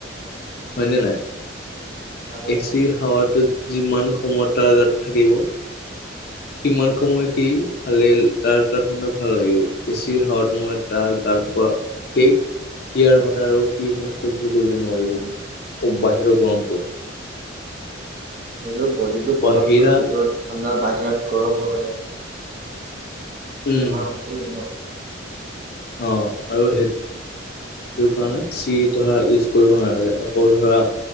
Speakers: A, on the right (about 45°); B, on the left (about 50°).
A: উম,
B: হয়নে নাই
A: আহ,
B: এচি হাৱাটো যিমান সময় তাৰ গাত থাকিব সিমান
A: উম,
B: সময় সি ভালে তাৰ তাত মানে ভাল লাগিব এচিৰ হাৱাটো মানে তাৰ গা পৰা সেই ইয়াৰ কাৰনে আৰু সি মানে সহ্য কৰিব নোৱাৰিব বাহিৰৰ গৰম
A: নিজৰ বডিটো পতককৈ
B: বাহিৰা
A: ভিতৰত ঠাণ্ডা বাহিৰত গৰম হৈ পেলাই
B: উম
A: বেমাৰ হ'বই ন।
B: অ আৰু সেইটো সেইটো কাৰণে চি ধৰা ইউজ কৰিব নালাগে আকৌ ধৰা